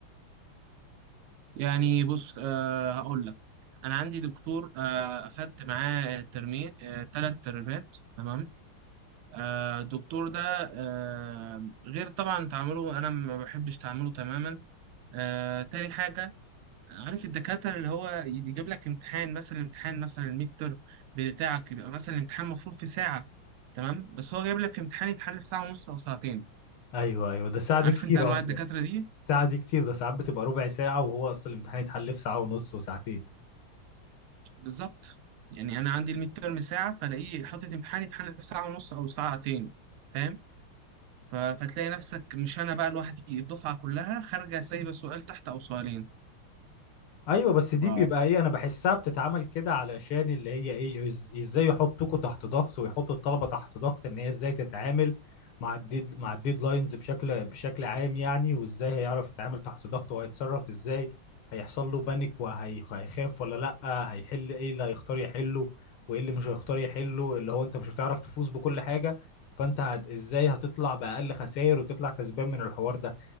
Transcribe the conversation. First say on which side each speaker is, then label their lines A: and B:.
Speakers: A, on the right (about 85°); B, on the left (about 80°).
A: يعني بص أه هقول لك انا عندي دكتور أه اخدت معاه ترمي أه ثلاث ترمات تمام أه الدكتور ده أه غير طبعا تعامله انا ما بحبش تعامله تماما أه تاني حاجه عارف الدكاتره اللي هو يجيب لك امتحان مثلا امتحان مثلا الميد ترم بتاعك يبقى مثلا الامتحان المفروض في ساعه تمام بس هو جايب لك امتحان يتحل في ساعه ونص او ساعتين
B: ايوه ايوه ده ساعة
A: عارف
B: دي كتير
A: انت انواع
B: اصلا
A: الدكاتره دي
B: ساعة دي كتير ده ساعات بتبقى ربع ساعة وهو اصلا الامتحان يتحل في ساعة ونص وساعتين
A: بالظبط يعني انا عندي الميد تيرم ساعه فلاقيه حاطط امتحان يتحل في ساعه ونص او ساعتين فاهم ف- فتلاقي نفسك مش انا بقى لوحدي الدفعه كلها خارجه سايبه سؤال تحت او سؤالين
B: ايوه بس دي
A: ف
B: بيبقى ايه انا بحسها بتتعمل كده علشان اللي هي ايه إز- ازاي يحطوكوا تحت ضغط ويحطوا الطلبه تحت ضغط ان هي ازاي تتعامل مع الديد مع الديدلاينز بشكل بشكل عام يعني وازاي هيعرف يتعامل تحت ضغط وهيتصرف ازاي هيحصل له بانيك وهيخاف ولا لا هيحل ايه اللي هيختار يحله وايه اللي مش هيختار يحله اللي هو انت مش هتعرف تفوز بكل حاجه فانت هت... ازاي هتطلع باقل خسائر وتطلع كسبان من الحوار ده